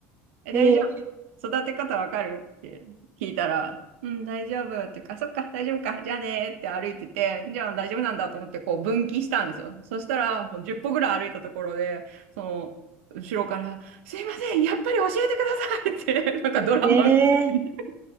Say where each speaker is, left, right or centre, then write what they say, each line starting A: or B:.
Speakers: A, on the right; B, on the right.
A: え、
B: え
A: 大丈夫。育て方わかるって聞いたら、うん、大丈夫っていうか、そっか、大丈夫か、じゃあねーって歩いてて、じゃあ大丈夫なんだと思ってこう分岐したんですよ。そしたら、もう10歩ぐらい歩いたところで、その、後ろから、すいません、やっぱり教えてくださいって、なんかドラマみたいに
B: ー、えー、